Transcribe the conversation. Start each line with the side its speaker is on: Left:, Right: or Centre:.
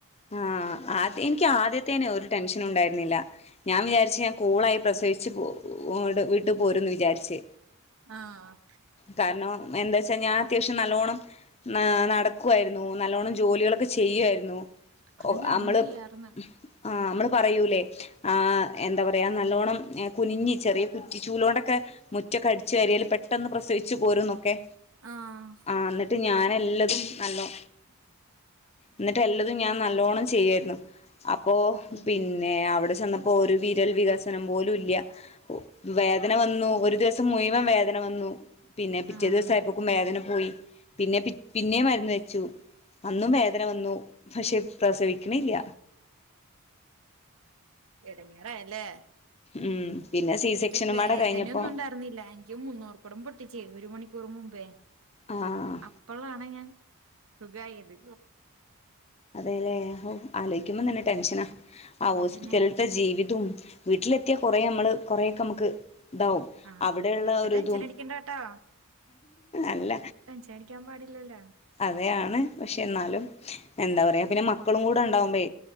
Left: ആഹ് ആദ്യ എനിക്ക് ആദ്യത്തേനെ ഒരു ടെൻഷനുണ്ടായിരുന്നില്ല ഞാൻ വിചാരിച്ച് ഞാൻ കൂളായി പ്രസവിച്ച് വീട്ട്പോരുന്ന് വിചാരിച്ച്
Right: ആഹ്
Left: കാരണം എന്താച്ചാ ഞാൻ അത്യാവശ്യം നല്ലോണം നടക്കുവായിരുന്നു നല്ലോണം ജോലികളൊക്കെ ചെയ്യുവായിരുന്നു
Right: അത്
Left: ഒ
Right: ഞാനും
Left: നമ്മള്
Right: ചെയ്യാറ്ന്ന്
Left: ആ് അമ്മള്പറയൂലേ ആ എന്താപറയാ നല്ലോണം കുനിഞ്ഞി ചെറിയ കുറ്റിചൂലോണ്ടൊക്കെ മുറ്റക്കെ അടിച്ചുവാരിയാല് പെട്ടെന്ന് പ്രസവിച്ചു പോരന്നൊക്കെ
Right: ആഹ്
Left: ആഹ് ന്നട്ട് ഞാനെല്ലതും നല്ലോ എന്നട്ട് എല്ല തും ഞാൻ നല്ലോണം ചെയ്യാര്ന്നു അപ്പോ
Right: ഉം
Left: പിന്നെ അവിടെ ചെന്നപ്പം പ്പോര് വിരൽവികസനം പോലുഇല്ല വേദനവന്നു ഒരു ദിവസം മുഴുവൻവേദനവന്നു പിന്നെ പിറ്റേദിവസായപ്പോക്കും
Right: ആഹ്
Left: വേദനപോയി പിന്നെ പി പിന്നെ മരുന്ന് വെച്ചു അന്നും വേദന വന്നു പക്ഷെ പ്രസവിക്കണില്ല
Right: എടങ്ങേറായല്ലേ
Left: ഉം പിന്നെ സി സെക്ഷനുംപാടെ
Right: ക്ക് വേദനയൊന്നും
Left: കഴിഞ്ഞപ്പോ
Right: ഉണ്ടാർന്നില്ല എനിക്ക് മൂന്നൂറ് കൊടം പൊട്ടിച്ചേ ഒരു മണിക്കൂർ മുമ്പേ.
Left: ആഹ്
Right: അപ്പളാണ് ഞാൻ സുഖായത്.
Left: അതെലേ ആലോയിക്കുമ്പോ തന്നെ ടെൻഷനാ ആ ഹോസ്പിറ്റൽത്തെ
Right: അതന്നെ
Left: ജീവിതം വീട്ടിലെത്തിയാ കുറെേ നമ്മള് കുറെേയൊക്കെ മ്മക്ക് ഇതാവും.
Right: ആഹ്
Left: അവടെയുള്ള
Right: ഇത്ര
Left: ഒരു
Right: ടെൻഷൻ
Left: തും
Right: അടിക്കണ്ടാട്ടോ
Left: അല്ല
Right: പേടിക്കാൻ പാടില്ലല്ലേ.
Left: അതെ യാണ് പക്ഷെ എന്നാലും എന്താ പറയാ പിന്നെ മക്കളും കൂടെ ഉണ്ടാവുമ്പേ